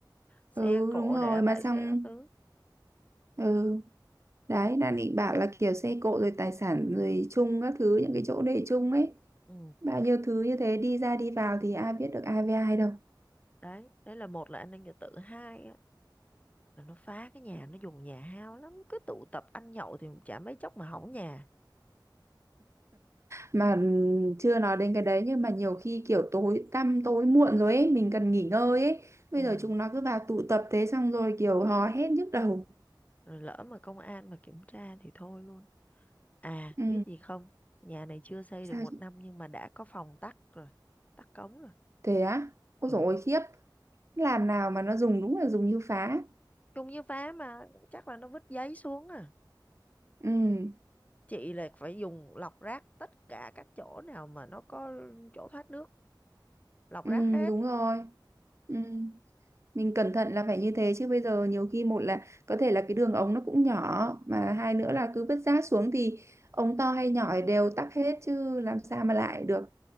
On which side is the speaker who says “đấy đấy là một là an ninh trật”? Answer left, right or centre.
Left